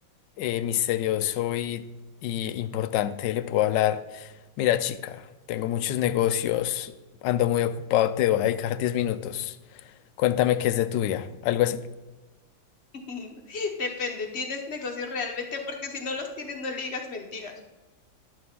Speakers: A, on the left; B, on the left.
A: eh, misterioso y, y importante, le puedo hablar, mira chica, tengo muchos negocios, ando muy ocupado, te voy a dedicar 10 minutos, cuéntame qué es de tu vida, algo así.
B: <laughs> Depende, ¿tienes negocios realmente? Porque si no los tienes, no le digas mentiras.